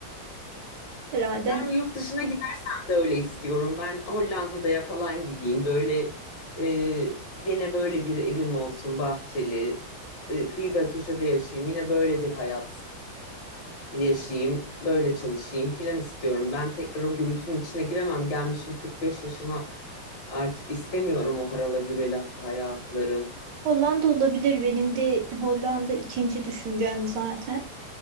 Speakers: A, on the right; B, on the left.
A: herhalde?
B: Yani yurt dışına gidersen de öyle istiyorum. Ben Hollanda'ya falan gideyim. Böyle e, gene böyle bir evim olsun, bahçeli, e, kıyıda köşede yaşayayım. Yine böyle bir hayat yaşayayım, böyle çalışayım filan istiyorum. Ben tekrar o gürültünün içine giremem. Gelmişim 45 yaşına artık istemiyorum o harala gürele hayatları.
A: Hollanda olabilir. Benim de Hollanda ikinci düşüncem zaten.